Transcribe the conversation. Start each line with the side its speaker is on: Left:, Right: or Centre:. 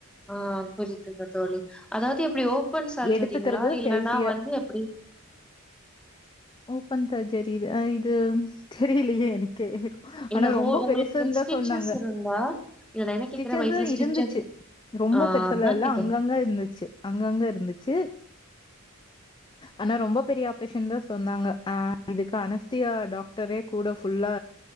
Centre: ஆ புரியுதுங்க தோழி அதாவது எப்டி ஓப்பன் சர்ஜரிங்களா
Left: எடுத்துக்கறது
Centre: இல்லனா
Left: ஹெல்த்தியா
Centre: வந்து எப்படி
Left: ஓப்பன் சர்ஜரி இது அ இது தெரியலயே எனக்கே
Centre: இல்ல
Left: ஆனா
Centre: ஹோ
Left: ரொம்ப
Centre: உங்களுக்கு
Left: பெருசுன்தா
Centre: ஸ்டிச்சஸ்
Left: சொன்னாங்க
Centre: இருந்தா இல்ல நான் என்ன
Left: ஸிடிச்சஸ்லா
Centre: கேட்கிறேன் வயித்துல ஸ்டிச்சஸ்
Left: இருந்துச்சு ரொம்ப
Centre: ஆ
Left: பெருசல்லா
Centre: அதான்
Left: இல்ல
Centre: கேட்டேன்.
Left: அங்கங்க இருந்துச்சு அங்கங்க இருந்துச்சு ஆனா ரொம்ப பெரிய ஆப்ரேஷன் தா சொன்னாங்க அ இதுக்கு அனஸ் த்தியா டாக்டரே கூட ஃபுல்லா